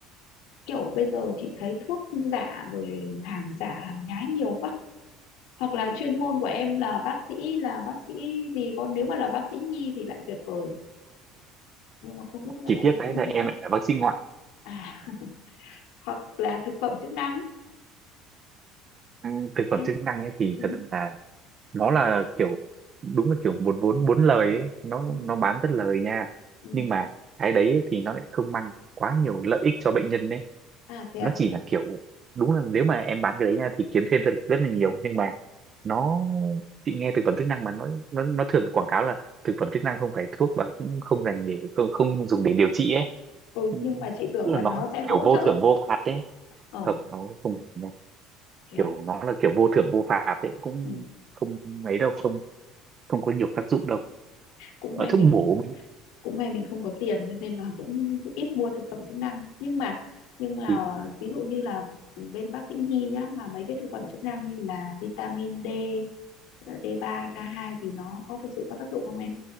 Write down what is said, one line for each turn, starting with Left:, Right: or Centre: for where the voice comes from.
Left: kiểu bây giờ chị thấy thuốc giả rồi hàng giả hàng nhái nhiều quá hoặc là chuyên môn của em là bác sĩ là bác sĩ gì có nếu mà là bác sĩ nhi thì lại tuyệt vời nhưng mà không biết có phải
Right: chỉ
Left: là
Right: tiếc
Left: bác
Right: cái
Left: sĩ nhi
Right: là em
Left: không
Right: lại là bác sĩ ngoại.
Left: à hoặc là thực phẩm chức năng
Right: Ừ, Thực phẩm
Left: em
Right: chức năng ấy thì
Left: ừ,
Right: thật ra là nó là kiểu đúng là kiểu một vốn bốn lời ấy, nó
Left: ừ,
Right: nó bán rất lời nha.
Left: ừ.
Right: Nhưng mà cái đấy ấy thì nó lại không mang quá nhiều lợi ích cho bệnh nhân ấy.
Left: à thế
Right: nó
Left: à
Right: chỉ là kiểu đúng là nếu mà em bán cái đấy nha thì kiếm thêm được rất là nhiều nhưng mà nó chị nghe thực phẩm chức năng mà nó nó nó thường quảng cáo là thực phẩm chức năng không phải thuốc và cũng không dành để không, không dùng để điều trị ấy
Left: ừ
Right: Ừ,
Left: nhưng mà chị tưởng
Right: tức
Left: là
Right: là nó
Left: nó sẽ hỗ
Right: kiểu vô
Left: trợ
Right: thưởng vô phạt ấy
Left: ờ
Right: hợp nó không hề nha
Left: thế
Right: kiểu
Left: à
Right: nó là kiểu vô thưởng vô phạt ấy cũng
Left: ừ.
Right: không mấy đâu không không có nhiều tác dụng đâu
Left: cũng
Right: ở
Left: may
Right: thuốc
Left: mình
Right: bổ mấy
Left: cũng may mình không có tiền cho nên là cũng ít mua thực phẩm chức năng nhưng mà nhưng mà
Right: thì
Left: ví dụ như là bên bác sĩ nhi nhá mà mấy cái thực phẩm chức năng như là vitamin D ờ, D3 K2 thì nó có thực sự có tác dụng không em